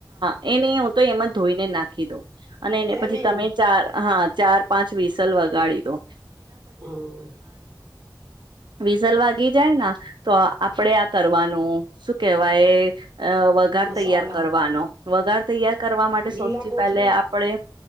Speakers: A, on the right; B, on the right.
A: એ નહી, હું તો એમાં ધોઈને નાખી દઉ. અને એને
B: એમ
A: પછી
B: એમ
A: તમે ચાર. હા, ચાર પાંચ વિસલ વગર. ગાડી તો.
B: હા
A: <inaudible> વિસલ વાગી જાય ના, તો આપડે આ કરવાનું. શું કેવાય? અ વઘાર
B: મસાલા
A: તૈયાર કરવાનો. વગર તૈયાર કરવા માટે
B: લીલા
A: સૌથી
B: કોથમી
A: પહેલે આપણે